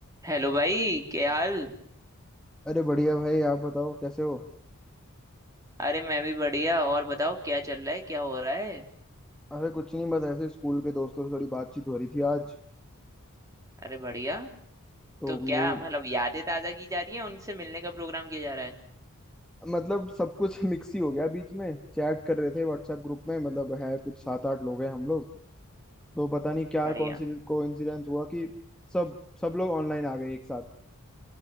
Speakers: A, on the right (about 15°); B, in the centre.
A: हेलो भाई क्या हाल
B: अरे बढ़िया भाई आप बताओ कैसे हो
A: अरे मैं भी बढ़िया और बताओ क्या चल रहा है क्या हो रहा है
B: अरे कुछ नहीं बस ऐसे स्कूल के दोस्तों से थोड़ी बातचीत हो रही थी आज
A: अरे बढ़िया
B: तो
A: तो क्या
B: वही
A: मतलब यादें ताज़ा की जा रही है उनसे मिलने का प्रोग्राम किया जा रहा है
B: मतलब सब कुछ <laughs> मिक्स ही हो गया बीच में चैट कर रहे थे व्हाट्सएप ग्रुप में मतलब है कुछ सात आठ लोग हैं हम लोग तो पता नहीं क्या
A: बढ़िया
B: कौन सी कोइंसिडेंस हुआ कि सब सब लोग ऑनलाइन आ गए एक साथ